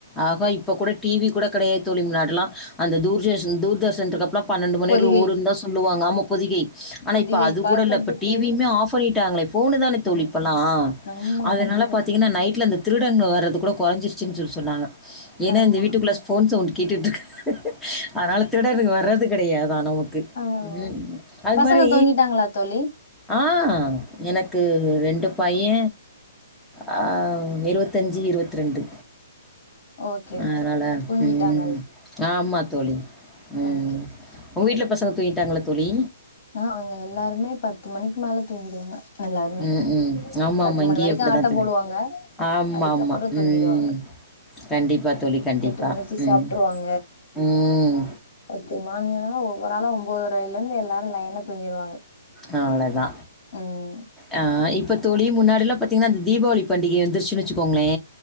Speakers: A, in the centre; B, on the left (about 50°).
A: ஆக இப்ப கூட டீவிக் கூட கடையாது தோழி முன்னாடிலா அந்த தூதஷன் தூர்தர்ஷன் இருக்கப்பல்லா பன்னெண்டு மணிவர்லியு
B: பொதிகை
A: ஓடுனுதா சொல்லுவாங்க ஆமா பொதிகை ஆனா
B: பொதிகை
A: இப்ப அது
B: பாக்குறதுக்கு
A: கூட இல்ல இப்ப டீவியுமே ஆஃப் பண்ணி ட்டாங்களே ஃபோனு தானே தோழி
B: அ
A: இப்பல்லா
B: ஆமா
A: அதனால
B: கண்டிப்பா
A: பாத்தீங்கன்னா நைட்ல அந்த திருடங்க வர்றது கூட கொறஞ்சிருச்சின்னு சொல்லி சொன்னாங்க ஏன்னா
B: ஆமா
A: இந்த வீட்டுக்குள்ளே ஃபோன் சவுண்டு கேட்டுட்டுருக்கு அதனால திருடனுங்க வர்றது கெடையாதான் நமக்கு
B: ஆமா
A: ம் அது
B: பசங்க
A: மாரி
B: தூங்கிட்டாங்களா தோழி
A: ஆ எனக்கு ரெண்டு பைய ஆ ம் இருவத்தஞ்சி இருவத்ரெண்டு
B: ஓகே
A: அதனால
B: ஓகே தூங்கிட்டாங்கள்
A: ம் ஆமா தோழி ம்
B: ஓகே
A: உங்க வீட்ல பசங்க தூங்கிட்டாங்களா தோழி
B: ஆ அவங்க எல்லாருமே பத்து மணிக்கு மேல தூங்கிடுவாங்க எல்லாருமே
A: ம் ம் ஆமாமா
B: பத்து மணி
A: இங்கியு
B: வரைக்கு
A: அப்டித்தா
B: ஆட்ட
A: தோழி
B: போடுவாங்க
A: ஆமாமா
B: அதுக்கப்புறோ தூங்கிடுவாங்க
A: ம் கண்டிப்பா தோழி கண்டிப்பா
B: எட்டு மணிக்கு சாப்ட்ருவாங்க
A: ம் ம்
B: பத்து மாரி ஆனா ஒவ்வொராளா ஒம்போதரையல இருந்து எல்லாரு லைனா தூங்கிருவாங்க
A: ஆ அவ்வளதா
B: ம்
A: ஆ இப்பத் தோழி முன்னாடில்லா பாத்தீங்கன்னா அந்த தீபாவளி பண்டிகை வந்துருச்சுன்னு வெச்சுக்கோங்களே